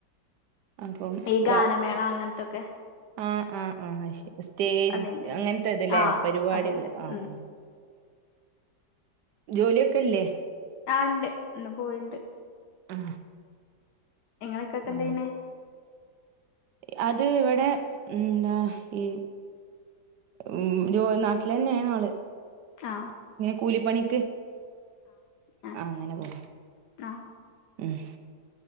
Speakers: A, on the right; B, on the left.
A: അപ്പം
B: ഈ ഗാനമേള
A: വാ
B: അങ്ങനത്തൊക്കെ
A: ആഹ് ആഹ് ആഹ് ശ സ് േ
B: അതെന്റെ
A: അങ്ങനത്തെ ഇതല്ലേ
B: ആഹ്
A: പരിപാടികൾ
B: അതെ അതെ
A: ആഹ
B: ഉം
A: ജോലിയൊക്കെല്ലേ
B: ആഹ ഇണ്ട് ഇന്ന് പോയിണ്ട്
A: ആ
B: നിങ്ങളെക്കാക്ക എന്ത്
A: ആഹ
B: ചെയ്യണേ
A: അ അത് ഇവിടെ എന്താ ഈ ഉ ജോ നാട്ടിൽ തന്നെയാണ് ആള്
B: ആഹ
A: കൂലിപ്പണിക്ക്
B: ആഹ്
A: ആഹ അങ്ങനെ പോവാ
B: ആഹ്
A: ഉം